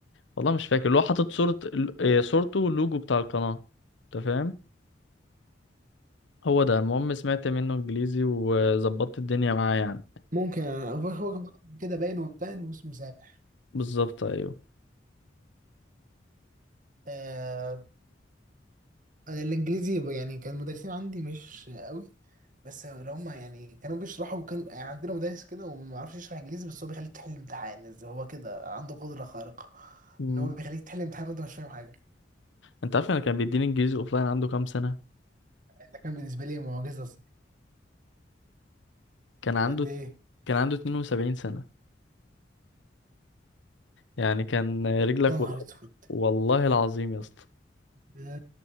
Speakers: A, on the left; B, on the right.
A: والله مش فاكر اللي هو حاطط صوره آه، صورته واللوجو بتاع القناه انت فاهم هو ده المهم سمعت منه انجليزي وظبطت الدنيا معاه يعني
B: ممكن هو هو كان كده باين ومتان واسمه سامح
A: بالظبط ايوه
B: آه انا الانجليزي ب- يعني كان المدرسين عندي مش قوي بس اللي هم يعني كانوا بيشرحوا كان يعني عندنا مدرس كده وما يعرفش يشرح انجليزي بس هو بيخليك تحل امتحان إزاي هو كده عنده قدرة خارقة
A: مم.
B: ان هو بيخليك تحل امتحان وانت مش فاهم حاجة
A: انت عارف انا كان بيديني انجليزي اوفلاين عنده كام سنة
B: يعني ده كان بالنسبة لي معجزة الصراحة.
A: كان عنده
B: قد ايه
A: كان عنده 72 سنة يعني كان رجلك
B: يا نهار
A: والقبر
B: اسود
A: والله العظيم يا اسطى
B: ده